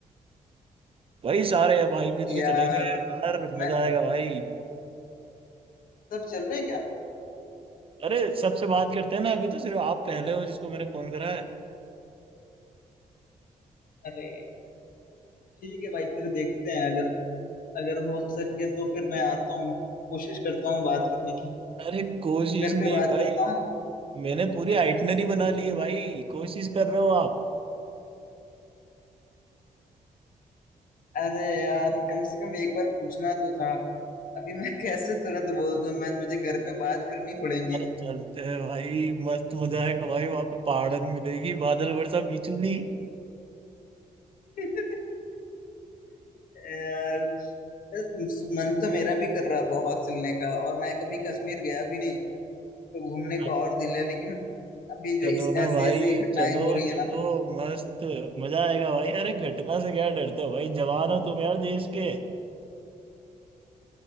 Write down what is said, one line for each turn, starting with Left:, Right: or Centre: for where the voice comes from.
Right: भाई सारे हैं भाई मिलके
Left: यार
Right: चलेंगे यार मजा
Left: मैं
Right: आएगा भाई
Left: सब चल रहे हैं क्या
Right: अरे सबसे बात करते हैं ना अभी तो सिर्फ आप पहले हो जिसको मैंने फोन करा है
Left: अरे ठीक है भाई फिर देखते हैं अगर अगर हो सके तो फिर मैं आता हूँ कोशिश करता हूँ बात करने की
Right: अरे कोशिश
Left: घर
Right: नहीं
Left: पे बात
Right: भाई
Left: करता हूँ
Right: मैंने पूरी आइटनरी बना ली है भाई कोशिश कर रहे हो आप
Left: अरे यार कम से कम एक बार पूछना तो था अभी मैं कैसे तुरंत बोल दूँ मैं मुझे घर पे बात करनी पड़ेगी
Right: अरे चलते हैं भाई मस्त मजा आएगा भाई वहां पे पहाड़न मिलेगी बादल वर्षा बिजली
Left: <laughs> यार बस मन तो मेरा भी कर रहा है बहुत चलने का और मैं कभी कश्मीर गया भी नहीं तो घूमने
Right: हाँ,
Left: का और दिल है लेकिन अभी
Right: चलो
Left: जो इस
Right: ना
Left: ऐसी
Right: भाई
Left: ऐसी घटनाएं
Right: चलो
Left: हो रही है
Right: चलो
Left: ना
Right: मस्त मजा आएगा भाई अरे घटना से क्या डरते हो भाई जवान हो तुम यार देश के